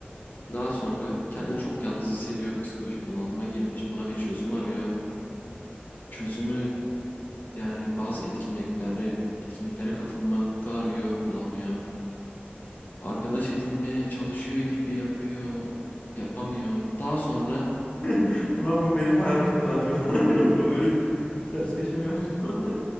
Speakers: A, on the left (about 50°); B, on the left (about 35°).
A: Daha sonra kendini çok yalnız hissediyor, psikolojik bunalıma girmiş, buna bir çözüm arıyor. Çözümü yani bazı etkinliklere etkinliklere katılmakta arıyor, bulamıyor. Arkadaş edinmeye çalışıyor gibi yapıyor, yapamıyor. Daha sonra
B: <laughs> Ulan bu benim hayatım mı acaba? <laughs> Bu Öyle bir ters köşe mi yapacağım?